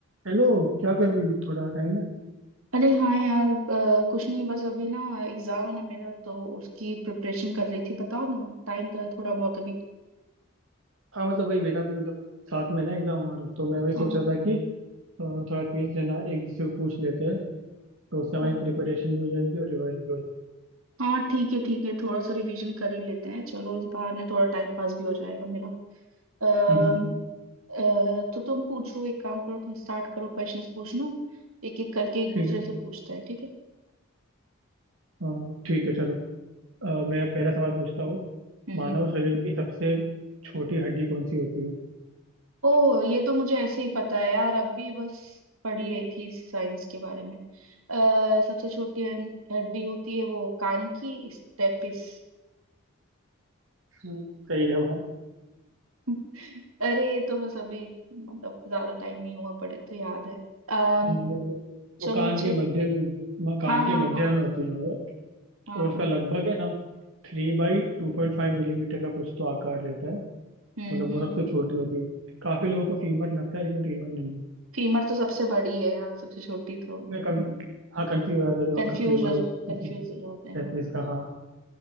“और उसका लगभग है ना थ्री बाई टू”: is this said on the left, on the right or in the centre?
Right